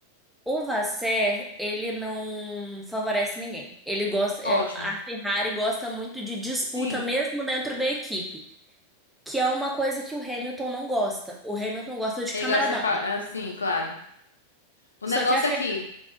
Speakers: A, in the centre; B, on the left (about 75°).
A: O Vasser, ele não favorece ninguém. Ele gosta, é,
B: Ótimo.
A: a Ferrari gosta muito de disputa
B: Sim.
A: mesmo dentro da equipe, que é uma coisa que o Hamilton não gosta. O Hamilton gosta de
B: Ele
A: camaradagem.
B: gosta de ser fa- assim, claro. O
A: Só
B: negócio
A: que a Fer-
B: é que,